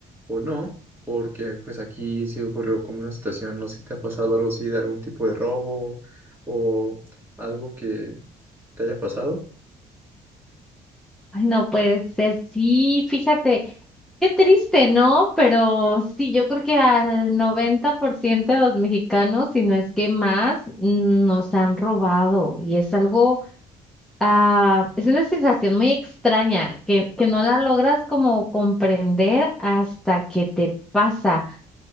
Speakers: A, on the right; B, in the centre.
A: o no? Porque pues aquí sí ocurrió como una situación, no sé si te ha pasado algo así de algún tipo de robo o algo que te haya pasado.
B: Ay, no puede ser. Sí, fíjate, qué triste, ¿no? Pero sí, yo creo que al 90% de los mexicanos, si no es que más, mm, nos han robado. Y es algo, ah, es una sensación muy extraña que, que no la logras como comprender hasta que te pasa.